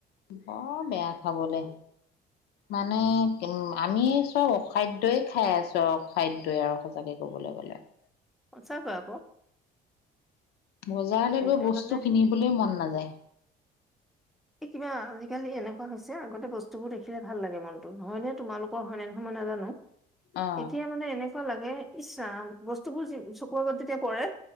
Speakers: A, on the left; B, in the centre.
A: বৰ বেয়া খাবলে
B: <unintelligible>
A: মানে উম আমি চব অসাদ্যই খাই আছো অসাদ্যয়ই আৰু সচাকে কব লাগিব <inaudible>
B: সঁচাকৈ আকৌ
A: বজাৰলৈ
B: খাদ্য
A: গৈ বস্তু
B: মানে
A: কিনিবলৈ মন নাযায়
B: এই কিবা আজিকালি এনেকুৱা হৈছে আগতে বস্তু বোৰ দেখিলে ভাল লাগে মনতো নহয়নে তোমালোকৰ হয়নেহয় ন
A: অ
B: এতিয়া মানে উ লাগে ইচ্ছা বস্তুবোৰ চকুৰ আগত যেতিয়া পৰে